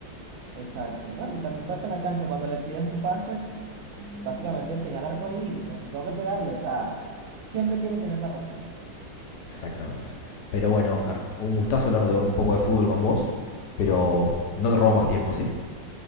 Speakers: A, on the right (about 85°); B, on the left (about 65°).
A: Exacto, ¿no? Y también pasa en la cancha, cuando le pides un pase, básicamente tenía el arco ahí, no tengo que pegarle, o sea, siempre quiere tener la razón.
B: Exactamente. Pero bueno, Oscar, un gustazo hablar de un poco de fútbol con vos, pero no te robo más tiempo, ¿sí?